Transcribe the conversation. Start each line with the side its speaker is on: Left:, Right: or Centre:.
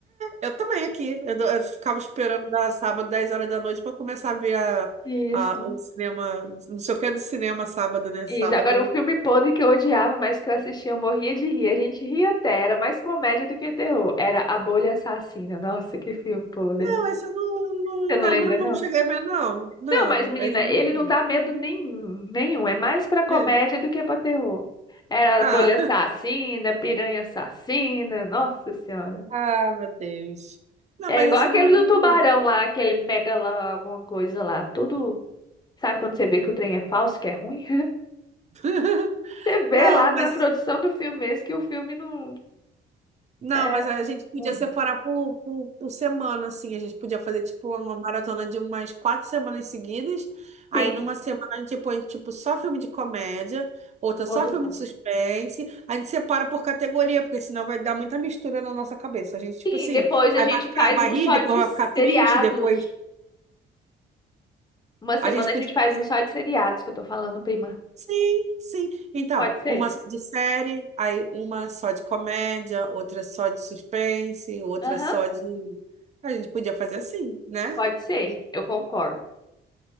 Right: Eu também aqui. Eu, do- eu ficava esperando da sábado, 10 horas da noite, para começar a ver a,
Left: Isso.
Right: a, o cinema. Não sei o que é do cinema sábado, né? Sábado.
Left: Isso. Agora, um filme podre que eu odiava, mas que eu assistia, eu morria de rir. A gente ria até, era mais comédia do que terror. Era A Bolha Assassina. Nossa, que filme podre.
Right: Não, esse eu não, não
Left: Você não
Right: lembro,
Left: lembra, não?
Right: não cheguei a ver, não. Não,
Left: Não, mas, menina,
Right: esse eu
Left: ele
Right: não
Left: não dá medo nenhum, nenhum. É mais pra comédia
Right: vi. É.
Left: do que pra terror. Era
Right: Ah,
Left: A Bolha Assassina, Piranha Assassina. Nossa Senhora.
Right: <laughs> ah, meu Deus. Não,
Left: É
Right: mas
Left: igual
Right: esse
Left: aquele
Right: eu não lembro,
Left: do tubarão
Right: não.
Left: lá, aquele mega lá, alguma coisa lá. Tudo. Sabe quando você vê que o trem é falso, que é ruim?
Right: <laughs>
Left: Você vê
Right: Não,
Left: lá
Right: mas.
Left: na produção do filme mesmo que o filme não
Right: Não,
Left: é
Right: mas a gente podia
Left: ruim.
Right: separar por, por, por semana, assim. A gente podia fazer, tipo, uma maratona de umas quatro semanas seguidas. Aí,
Left: Sim.
Right: numa semana, a gente põe, tipo, só filme de comédia, outra só
Left: Outro
Right: filme
Left: não.
Right: de suspense. A gente separa por categoria, porque senão vai dar muita mistura na nossa cabeça. A gente, tipo
Left: Sim,
Right: assim,
Left: depois a
Right: aí
Left: gente
Right: vai ficar,
Left: faz
Right: vai
Left: um
Right: rir,
Left: só
Right: depois
Left: de
Right: vai
Left: seriados.
Right: ficar triste, depois
Left: Uma semana
Right: a gente podia
Left: a gente faz
Right: fazer.
Left: um só de seriados que eu tô falando, prima.
Right: Sim, sim. Então,
Left: Pode ser?
Right: uma só de série, aí uma só de comédia, outra só de suspense, outra
Left: Aham,
Right: só de. A gente podia fazer assim, né?
Left: pode ser.
Right: E
Left: Eu concordo.